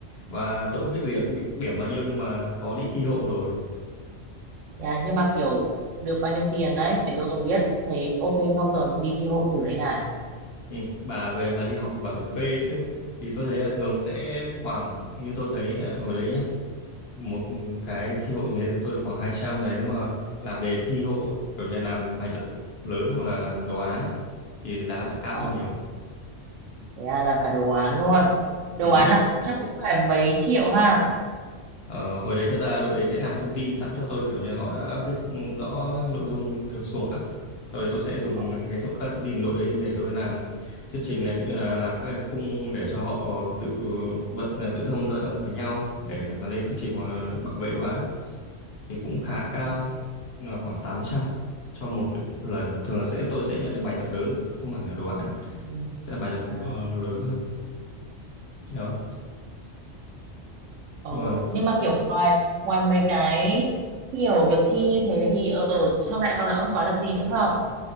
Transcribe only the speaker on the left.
và tôi cũng biết được điểm bao nhiêu nhưng mà có đi thi hộ rồi
ừ. bà về bà đi học thì bà phải thuê chứ thì tôi thấy là thường sẽ khoảng như tôi thấy à, hồi đấy nhá một cái thi hộ như thế tôi được khoảng 200 đấy nếu mà làm đề thi hộ ấy, kiểu như là làm bài tập lớn hoặc là làm đồ án ấy, thì giá sẽ cao
hơn nhiều
ừ.
ờ, hồi đấy thật ra đội đấy sẽ làm thông tin sẵn cho tôi kiểu như là họ đã viết rõ nội dung kiểu suộc á sau đấy tôi sẽ dùng
cái thông, các thông tin đội đấy để tôi làm thuyết trình này cũng như là làm các cái khung để cho họ tự vận tự thân vận động với nhau để mà lên thuyết trình hoặc là bảo vệ đồ án thì cũng khá cao
là khoảng 800 cho một lần thường là sẽ tôi sẽ nhận được bài tập lớn không hẳn là đồ án
sẽ là bài tập
ờ, lớn hơn đó
chung là